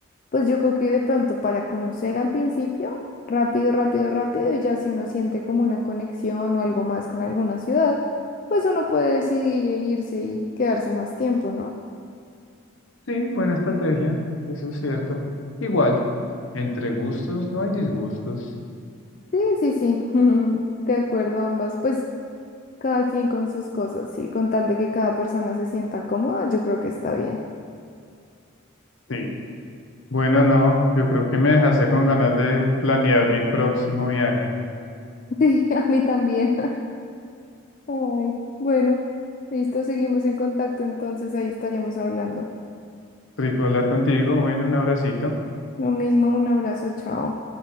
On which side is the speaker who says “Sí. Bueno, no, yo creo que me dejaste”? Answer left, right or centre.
Left